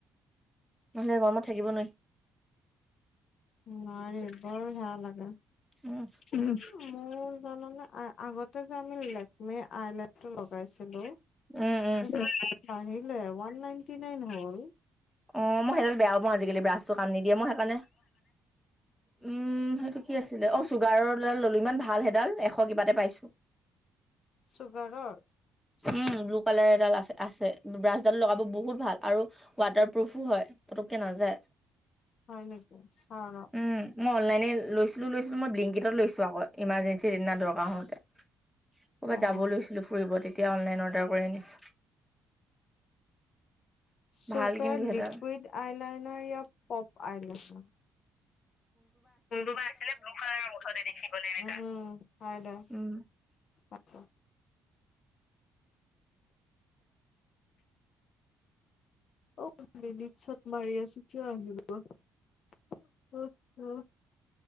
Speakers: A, in the centre; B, on the left.
A: নহ'লে গৰমত থাকিব নোৱাৰি।
B: নোৱাৰি। বৰ হেয়া লাগে।
A: উম
B: উম। মোৰ জাননে আ আগতে যে আমি লেকমিৰ আইলেটটো লগাইছিলো।
A: উম উম
B: <inaudible> আহিলে। ওৱান নাইনটি নাইন হ'ল।
A: অ', মই সেইডাল বেয়াও পাওঁ আজিকালি। ব্ৰাছটো কাম নিদিয়ে মই সেইকাৰণে উম। সেইটো কি আছিলে? অ', চুগাৰৰডাল ললোঁ। ইমান ভাল সেইডাল। এশ কিবাতে পাইছোঁ।
B: চুগাৰৰ?
A: উম। ব্লু কালাৰ এডাল আছে আছে। ব্ৰাছডাল লগাব বহুত ভাল। আৰু ৱাটাৰপ্ৰুফো হয়। পুতুকে নাযায়।
B: হয় নেকি? চাওঁ ৰ।
A: উম মই অনলাইনে লৈছিলো লৈছিলো মই ব্লিংকিতত লৈছো আকৌ। ইমাৰ্জেঞ্চিত সেইদিনা দৰকাৰ হওঁতে। ক'ৰবাত
B: অ
A: যাব লৈছিলো ফুৰিব। তেতিয়া অনলাইন অৰ্ডাৰ কৰি আনিছ
B: চুগাৰ
A: ভাল কিন্তু সেইডাল
B: লিকুইড আইলাইনাৰ য়া পপ আইলাইনাৰ? মুুনু বা আছিলে ব্লু কালাৰৰ মুঠতে দেখিবলে এনেকা। অ', অ', হয় দে।
A: উম
B: আচ্ছা। অ', মিনি চত মাৰি আছো কিয় আহিব। অ', অ'।